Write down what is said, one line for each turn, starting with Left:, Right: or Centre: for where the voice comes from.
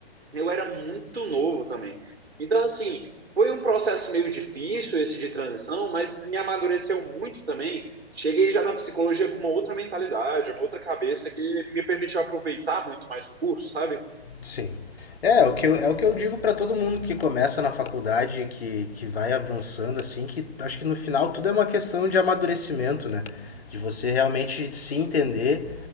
Right: eu era muito novo também. Então, assim, foi um processo meio difícil esse de transição, mas me amadureceu muito também. Cheguei já na psicologia com uma outra mentalidade, uma outra cabeça que me permitiu aproveitar muito mais o curso, sabe?
Left: Sim. É, é o que eu, é o que eu digo para todo mundo que começa na faculdade, que, que vai avançando, assim, que acho que no final tudo é uma questão de amadurecimento, né? De você realmente se entender